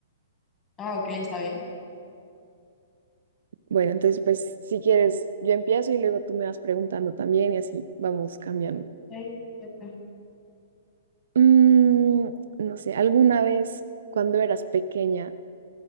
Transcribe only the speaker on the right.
Bueno, entonces, pues si quieres, yo empiezo y luego tú me vas preguntando también y así vamos cambiando.
Mm, no sé, ¿alguna vez cuando eras pequeña